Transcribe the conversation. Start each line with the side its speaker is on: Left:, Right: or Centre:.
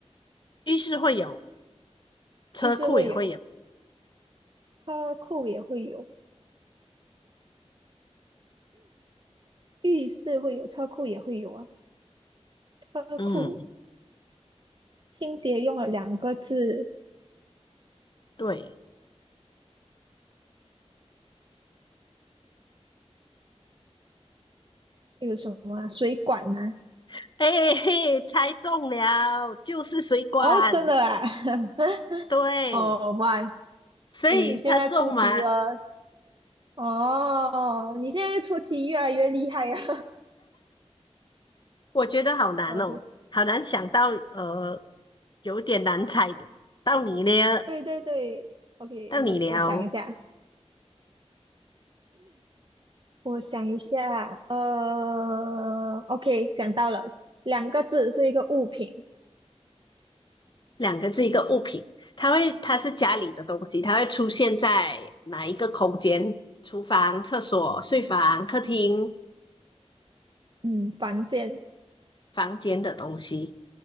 Left: 浴室会有，车库也会有，
Right: 浴室会有，车库也会有，浴室会有，车库也会有啊。车库
Left: 嗯，
Right: 清洁用了两个字，
Left: 对。
Right: 有什么啊？水管吗？
Left: <laughs> 哎、嘿，猜中了，就是水管。
Right: 哦，真的啊！<laughs>
Left: 对，
Right: 哦，哇，
Left: 所以他中吗？
Right: 你现在出题了哦，你现在出题越来越厉害啊！
Left: 我觉得好难哦，
Right: <laughs> 呃，不
Left: 好难想到，呃，有点难猜的。到你了，
Right: 对，对对，OK，
Left: 到你了，
Right: 我我想一下，我想一下，呃，OK，想到了，两个字是一个物品，
Left: 两个字一个物品，它会，它是家里的东西，它会出现在哪一个空间？厨房、厕所、睡房、客厅、
Right: 嗯，房间，
Left: 房间的东西。